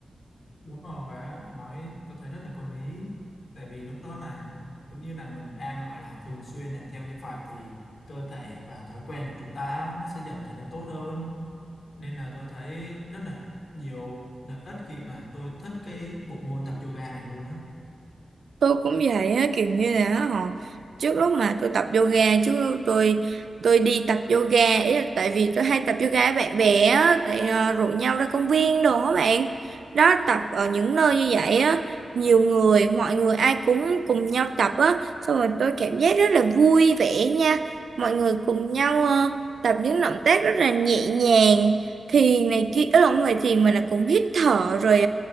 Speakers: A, on the left; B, on the right.
A: đúng rồi á, bạn nói tôi thấy rất là có lý tại vì lúc đó là giống như là mình đang gọi là thường xuyên làm theo như vậy thì cơ thể và thói quen của chúng ta á, nó sẽ dần trở nên tốt hơn nên là tôi thấy rất là nhiều lợi ích khi mà tôi thích cái bộ môn tập yoga này luôn á
B: tôi cũng vậy á kiểu như là họ trước lúc mà tôi tập yoga chứ tôi tôi đi tập yoga ý là tại vì tôi hay tập yoga với bạn bè á tại ờ, rủ nhau ra công viên đồ á bạn đó tập ở những nơi như vậy á nhiều người mọi người ai cũng cùng nhau tập á xong rồi tôi cảm giác rất là vui vẻ nha mọi người cùng nhau ờ, tập những động tác rất là nhẹ nhàng thiền này kia ở không phải thiền mà là cũng hít thở rồi